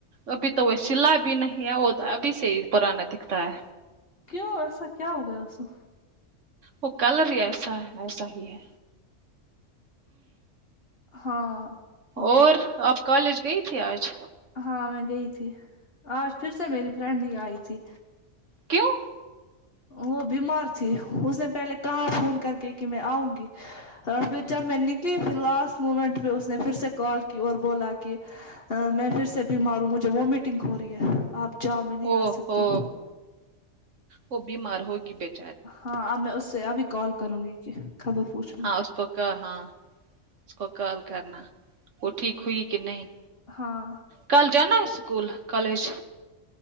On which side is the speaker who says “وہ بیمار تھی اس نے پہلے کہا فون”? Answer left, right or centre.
Left